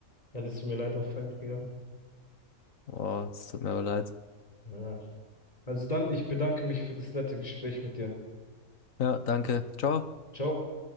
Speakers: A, on the left; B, on the left.
A: Dann ist sie mir leider auf fremd gegangen.
B: du? Oh, es tut mir aber leid.
A: Ja. Also dann, ich bedanke mich für das nette Gespräch mit dir.
B: Ja, danke. Ciao.
A: Ciao.